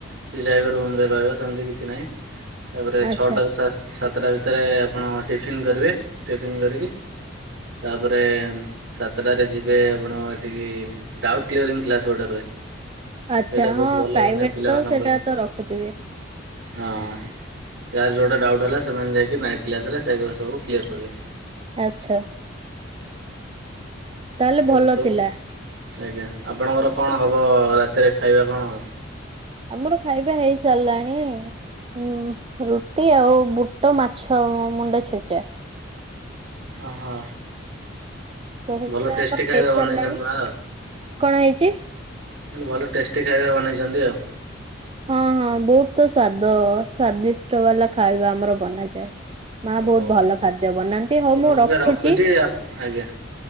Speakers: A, on the right; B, on the right.
A: ଯିଏ ଚାହିଁବ ରୁମ ରେ ରହିବ ସେମିତି କିଛି ନାହିଁ ତାପରେ
B: ଆଚ୍ଛା।
A: ଛଅଟାରୁ ସା ସାତଟା ଭିତରେ ଆପଣ ଟିଫିନ୍ କରିବେ ଟିଫିନ୍ କରିକି ତାପରେ ସାତଟାରେ ଯିବେ ଆପଣ ଏଠିକି ଡାଉଟ୍ କ୍ୟରିଂ କ୍ଲାସ ଗୋଟେ ରୁହେ।
B: ଆଚ୍ଛା
A: ସେଇଟା ବହୁତ
B: ହଁ
A: ଭଲ
B: ପ୍ରାଇଭେଟ
A: ମାନେ ପିଲାମାନଙ୍କ
B: ତ ସେଇଟା
A: ପାଇଁ।
B: ତ ରଖୁଥିବେ
A: ହଁ ଯାହାର ଯୋଉଟା ଡାଉଟ୍ ହେଲା ସେମାନେ ଯାଇକି ନାଇନ୍ କ୍ଲାସ ରେ ଏଗୁଡ଼ା ସବୁ କ୍ଲିୟର କରିବେ।
B: ଆଛା। ତାହେଲେ ଭଲ
A: ଏମତି ସବୁ
B: ଥିଲା।
A: ଆଜ୍ଞା ଆପଣଙ୍କର କଣ ହେବ ରାତିରେ ଖାଇବା କଣ ହେବ?
B: ଆମର ଖାଇବା ହେଇ ସାରିଲାଣି। ହଁ ରୁଟି ଆଉ ବୁଟ ମାଛ ମୁଣ୍ଡ ଛେଚା।
A: ଓହୋ।
B: ତ ସେଥିପାଇଁ
A: ଭଲ ଟେଷ୍ଟି
B: ଆମର
A: ଖାଇବା
B: ହେଇସାରିଲାଣି
A: ବନେଇଛନ୍ତି ମା ଆଉ।
B: କଣ ହେଇଛି?
A: ହେଲେ ଭଲ ଟେଷ୍ଟି ଖାଇବା ବନେଇଛନ୍ତି ଆଉ।
B: ହଁ ହଁ ବହୁତ ତ ସ୍ଵାଦ ସ୍ଵାଦିଷ୍ଟ ବାଲା ଖାଇବା ଆମର ବନାଯାଏ। ମା
A: ହଉ
B: ବହୁତ ଭଲ ଖାଦ୍ୟ ବନାନ୍ତି ହଉ
A: ଆଉ
B: ମୁଁ ରଖୁଛି।
A: ଏବେ ଆପ ଆଜ୍ଞା